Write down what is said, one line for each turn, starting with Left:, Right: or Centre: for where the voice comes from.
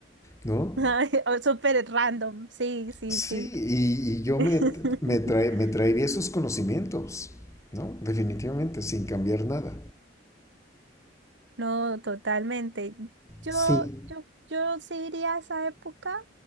Left: ¿no?
Right: <laughs> Ay, o súper random, sí, sí,
Left: Sí,
Right: sí.
Left: y, y yo
Right: <laughs>
Left: me, me, trae- me traería esos conocimientos, ¿no? Definitivamente, sin cambiar nada.
Right: No, totalmente. Yo,
Left: Sí,
Right: yo, yo sí iría a esa época.